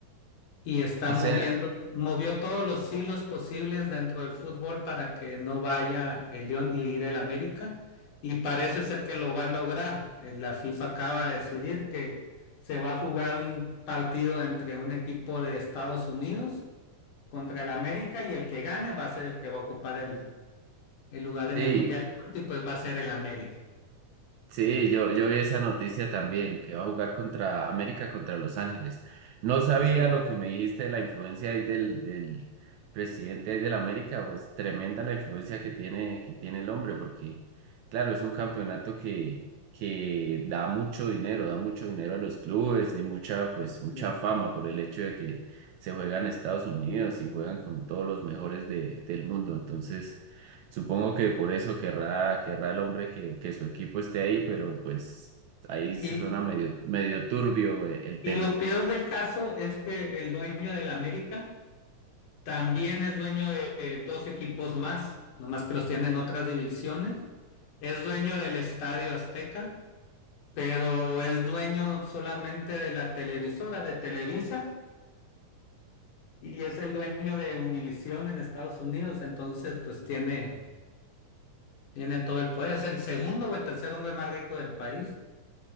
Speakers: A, on the left (about 70°); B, on the right (about 70°).
A: y está
B: o
A: moviendo,
B: sea,
A: movió todos los hilos posibles dentro del fútbol para que no vaya el León y ir el América. Y parece ser que lo va a lograr. Eh, La FIFA acaba de decidir que se va a jugar un partido entre un equipo de Estados Unidos contra el América y el que gane va a ser el que va a ocupar el, el lugar en
B: sí.
A: el Mundial y pues va a ser el América.
B: Sí, yo, yo vi esa noticia también, que va a jugar contra América, contra Los Ángeles. No sabía
A: Así.
B: lo que me dijiste de la influencia ahí del, del presidente ahí del América, pues tremenda la influencia que tiene, que tiene el hombre, porque claro, es un campeonato que, que da mucho dinero, da mucho dinero a los clubes y mucha, pues, mucha
A: es.
B: fama por el hecho de que se juega en Estados Unidos y juegan con todos los mejores de, del mundo. Entonces... Supongo que por eso querrá, querrá el hombre que, que su equipo esté ahí, pero pues ahí
A: Y,
B: suena
A: y
B: medio, medio turbio eh, el tema.
A: y lo peor del caso es que el dueño del América También es dueño de dos equipos más, nomás que los tiene en otras divisiones. Es dueño del Estadio Azteca, pero es dueño solamente de la televisora de Televisa y es el dueño de Univisión en Estados Unidos. Entonces, pues tiene, tiene todo el poder. Es el segundo o el tercer hombre más rico del país.